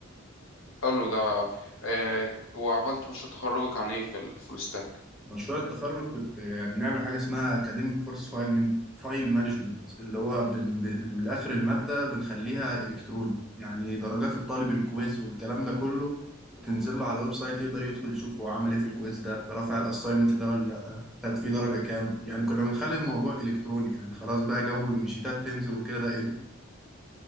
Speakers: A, on the left; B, in the centre.
A: حلو ده آه، وعملت مشروع تخرجك عن ايه في الفول ستاك
B: مشروع التخرج كنت آه، بنعمل حاجة اسمها أكاديميك كورس فايل من فايل مانجمنت اللي هو بن... ب- من الآخر المادة بنخليها إلكتروني يعني درجات الطالب الكويز والكلام ده كله تنزل له على الويب سايت يقدر يدخل يشوف هو عمل ايه في الكويز ده رفع الاساينمنت ده ولا لا خد فيه درجة كام يعني كنا بنخلي الموضوع إلكتروني يعني خلاص بقى جو إن شيتات تنزل وكده ده